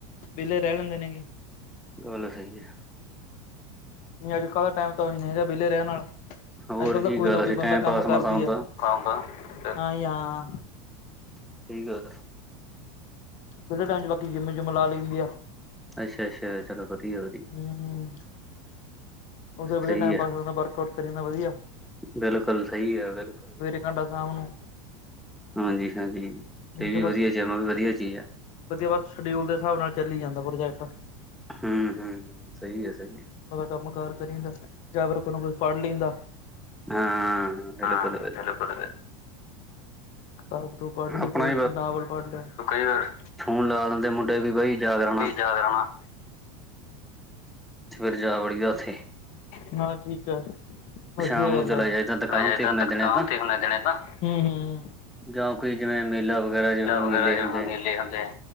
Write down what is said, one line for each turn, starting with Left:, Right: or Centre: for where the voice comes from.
Left: ਵੇਲੇ ਰੈ ਲੈਂਦੇ ਨੇਗੇ।
Centre: ਗਲ ਸਹੀ ਏ।
Left: ਨਈ ਅੱਜ ਕੱਲ੍ਹ ਦਾ ਟਾਈਮ ਤਾਂ ਔਹੀ ਨਹੀਂ ਰਿਆ ਬੇਲੇ ਰਹਿਣ ਆਲਾ
Centre: ਹੋਰ
Left: ਅੱਜ ਕੱਲ
Centre: ਕੀ
Left: ਤਾਂ ਕੋਈ
Centre: ਗੱਲ
Left: ਨਾ ਕੋਈ
Centre: ਸੀ
Left: ਬੰਦਾ
Centre: ਟਾਈਮ
Left: ਕੰਮ
Centre: ਪਾਸ
Left: ਕਰਦਾ
Centre: ਮਸਾਂ ਹੁੰਦਾ
Left: ਈ ਆ। ਕਰਦਾ। ਹਾਂ ਯਾਂ।
Centre: ਸਈ ਗੱਲ ਐ।
Left: ਵੇਲੇ ਟਾਈਮ 'ਚ ਬਾਕੀ ਜਿੰਮ ਜੁੰਮ ਲਾ ਲਈ ਦੀ ਆ।
Centre: ਅੱਛਾ-ਅੱਛਾ ਚਲੋ। ਵਧੀਆ ਵਧੀਆ
Left: ਹੂੰ। ਉੱਥੇ ਵਧੀਆ
Centre: ਸਹੀ
Left: ਟਾਈਮ
Centre: ਹੈ
Left: ਪਾਸ ਹੋ ਜਾਦਾ ਵਰਕਆਊਟ ਕਰੀ ਜਾਂਦਾ ਵਧੀਆ।
Centre: ਬਿਲਕੁਲ ਸਈ ਐ ਬਿਲਕੁਲ-ਬਿਲਕੁਲ।
Left: ਸਾਡਾ ਸਾਮ ਨੂੰ
Centre: ਹਾਂਜੀ-ਹਾਂਜੀ
Left: ਯਾਨੀ
Centre: ਏ
Left: ਕਿ
Centre: ਵੀ
Left: ਬਸ
Centre: ਵਧੀਆ। ਜਿੰਮ ਵੀ ਵਧੀਆ ਚੀਜ਼ ਆ।
Left: ਵਧੀਆ ਬਸ ਸ਼ਡਿਊਲ ਦੇ ਹਿਸਾਬ ਨਾਲ ਚੱਲੀ ਜਾਂਦਾ ਪ੍ਰੋਜੈਕਟ।
Centre: ਹੂੰ-ਹੂੰ। ਸਈ ਐ-ਸਈ ਐ।
Left: ਆਵਦਾ ਕੰਮ ਕਾਰ ਕਰੀਦੈਂ ਜਾਂ ਫਿਰ ਕੁਛ ਨਾ ਕੁਛ ਪੜ ਲਈ ਦਾ।
Centre: ਹੈ ਹਾਂ ਬਿਲਕੁਲ
Left: ਹਾਂ, ਬਿਲਕੁਲ। ਕਤਾਬ ਕਤੁਬੁ ਪੜ੍ਹ ਲਈ
Centre: ਆਪਣਾ
Left: ਕੋਈ। ਕੋਈ ਨਾਵਲ ਪੜ੍ਹ ਲਿਆ। ਔ ਕਈ ਵਾਰ
Centre: ਹੁਣ ਲਗਾ ਲੈਂਦੇ ਮੁੰਡੇ ਵੀ ਬਈ ਜਾਗਰਾਣਾ।
Left: ਜਾਗਰਾਣਾ।
Centre: ਸਵੇਰੇ ਜਾ ਵੜੀ ਦੈ ਔਥੇ।
Left: ਨਾਲ਼ੇ ਠੀਕ ਐ। ਵਧੀਆ
Centre: ਸ਼ਾਮ
Left: ਗੱਲ
Centre: ਨੂੰ ਚਲਾ
Left: ਐ।
Centre: ਜਾਈਦਾ ਦੁਕਾਨ
Left: ਪੈਸੇ
Centre: ਤੇ
Left: ਤਾਂ
Centre: ਹੁੰਦੇ
Left: ਦੁਕਾਨ
Centre: ਦਿਨੇ ਤਾਂ
Left: ਤੇ ਹੁਣੇ ਦੇਣੇ ਨਾ। ਹੂੰ-ਹੂੰ।
Centre: ਜਾਂ ਕੋਈ ਜਿਵੇਂ ਮੇਲਾ ਵਗੈਰਾ ਜਿਵੇਂ ਹੁਣ ਮੇਲੇ
Left: ਵਗੈਰਾ ਜੋ
Centre: ਹੁੰਦੇ
Left: ਮੇਲੇ
Centre: ਆ,
Left: ਹੁੰਦੇ ਆ